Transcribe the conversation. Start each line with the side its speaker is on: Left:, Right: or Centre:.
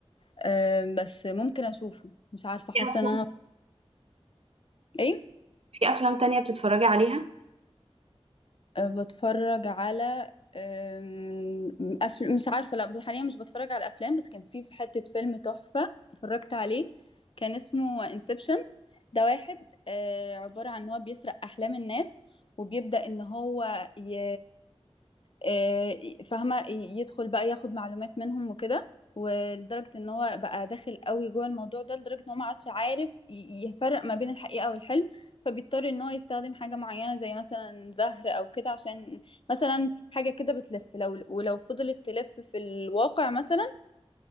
Left: أه بس ممكن اشوفه مش عارفة
Right: في
Left: حاسة
Right: أفلام
Left: ان انا ايه
Right: في أفلام تانية بتتفرجي عليها
Left: أه بتفرج على أم، أفل... مش عارفة لا حاليا مش بتفرج على افلام بس كان في في حتة فيلم تحفة اتفرجت عليه كان اسمه انسبشن ده واحد آه، عبارة عن ان هو بيسرق احلام الناس وبيبدأ ان هو ي... آه، فاهمة يدخل بقى ياخد معلومات منهم وكده ولدرجة ان هو بقى داخل قوي جوه الموضوع ده لدرجة ان هو ما عادش عارف ي- يفرق ما بين الحقيقة والحلم فبيضطر ان هو يستخدم حاجة معينة زي مثلا زهر او كده عشان مثلا حاجة كده بتلف لو ولو فضلت تلف في الواقع مثلا